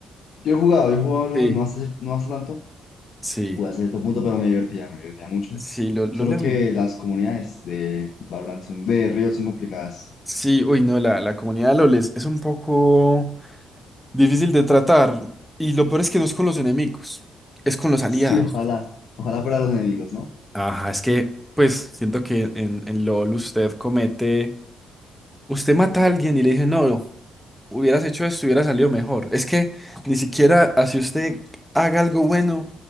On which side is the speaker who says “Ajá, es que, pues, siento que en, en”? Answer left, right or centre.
Centre